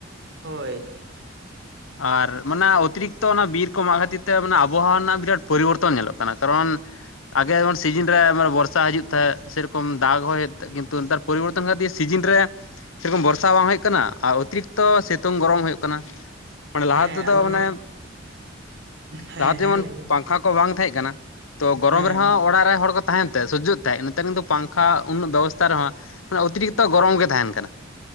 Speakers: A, on the right; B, on the left.
A: ᱦᱳᱭ
B: ᱟᱨ ᱢᱟᱱᱮ ᱚᱛᱤᱨᱤᱠᱛᱚ ᱚᱱᱟ ᱵᱤᱨ ᱠᱚ ᱢᱟᱜ ᱠᱷᱟᱹᱛᱤᱨ ᱛᱮ ᱢᱟᱱᱮ ᱟᱵᱚᱦᱟᱣᱟ ᱨᱮᱱᱟᱜ ᱵᱤᱨᱟᱴ ᱯᱚᱨᱤᱵᱚᱨᱛᱚᱱ ᱧᱮᱞᱚᱜ ᱠᱟᱱᱟ ᱠᱟᱨᱚᱱ ᱟᱜᱮ ᱡᱮᱢᱚᱱ ᱥᱤᱡᱤᱱ ᱨᱮ ᱵᱚᱨᱥᱟ ᱦᱤᱡᱩᱜ ᱛᱟᱦᱮᱸ ᱥᱮᱨᱚᱠᱚᱢ ᱫᱟᱜᱽ ᱦᱚᱭᱮᱛ ᱛᱟᱦᱮᱱ ᱠᱤᱱᱛᱩ ᱯᱚᱨᱤᱵᱚᱨᱛᱚᱱ ᱠᱷᱟᱹᱛᱤᱨ ᱥᱤᱡᱤᱱ ᱨᱮ ᱥᱮᱨᱚᱠᱚᱢ ᱵᱷᱚᱨᱥᱟ ᱵᱟᱝ ᱦᱩᱭᱩᱜ ᱠᱟᱱᱟ ᱟᱨ ᱚᱛᱤᱨᱤᱠᱛᱚ ᱥᱮ ᱥᱤᱛᱳᱝ ᱜᱚᱨᱚᱢ ᱦᱳᱭᱳᱜ ᱠᱟᱱᱟ ᱢᱟᱱᱮ ᱞᱟᱦᱟ
A: ᱦᱮᱸ
B: ᱛᱮᱫᱚ
A: ᱟᱫᱚ
B: ᱢᱟᱱᱮ
A: ᱦᱮᱸ
B: ᱞᱟᱦᱟ ᱛᱮ
A: ᱦᱮᱸ
B: ᱡᱮᱢᱚᱱ
A: ᱞᱟᱹᱭ ᱵᱤᱱ
B: ᱯᱟᱝᱠᱷᱟ ᱵᱟᱝ ᱛᱟᱦᱮᱸ ᱠᱟᱱᱟ ᱛᱚ ᱜᱚᱨᱚᱢ
A: ᱦᱮᱸ
B: ᱨᱮᱦᱚᱸ ᱚᱲᱟᱜ ᱨᱮ ᱦᱚᱲ ᱠᱚ ᱛᱟᱦᱮᱱ ᱛᱟᱦᱮᱸ ᱥᱳᱡᱡᱳᱜ ᱛᱟᱦᱮᱸᱜ ᱱᱮᱛᱟᱨ ᱠᱤᱱᱛᱩ ᱯᱟᱝᱼ ᱠᱷᱟᱡ ᱩᱱᱟᱹᱜ ᱵᱮᱵᱚᱥᱛᱷᱟ ᱨᱮᱦᱚᱸ ᱚᱛᱤ ᱨᱤᱠᱛᱚ ᱜᱚᱨᱚᱢ ᱜᱮ ᱛᱟᱦᱮᱱ ᱠᱟᱱᱟ